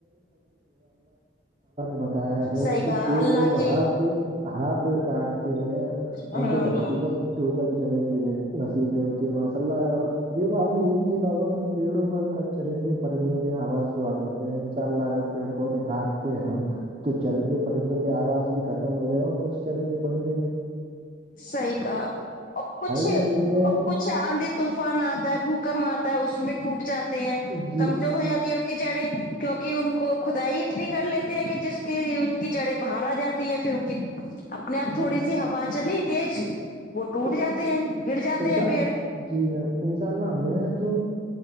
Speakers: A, on the right; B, on the left.
A: بتایا ہے
B: صحیح
A: کہ
B: کہا
A: جو
B: اللہ
A: لوگ
B: کے
A: ہرا ہرا پیڑ کاٹتے ہیں
B: ہاں
A: ان کو دھرتی
B: ہاں
A: پر دو گز زمین بھی نصیب نہیں ہوتی ہے ماشاء اللہ ا دیک آپ نے یہ بھی دیکا ہوا کہ پیڑوں پر کچ چرندے پرندوں کے آواز ہوا کرتے ہیں ان شاء اللہ اگر پیڑ پودے کاٹتے ہیں ہم تو چرندے پرندوں کے آواز بھی ختم ہو رہے ہیں اور کچھ چرندی پڑند
B: صحی کا ا کچھ
A: نہیں دیتے ہیں
B: کچھ آندھی طوفان آتا ہے بھوکم آتا ہے اس میں ٹوٹ جاتے ہیں
A: جی
B: کمزور ہو جاتے ان کی جڑیں کیونکہ ان کو کدائی اتنی کر لیتے ہیں کہ جس کی ان کی جڑیں باہر آ جاتی پھر ان کی اپنے آپ تھوڑی
A: جی
B: سی ہوا چلی تیز وہ ٹوٹ
A: جی
B: جاتے ہیں گر جاتے
A: انشاء
B: ہیں پیڑ
A: جی میم انشاء اللہ ہمیں تو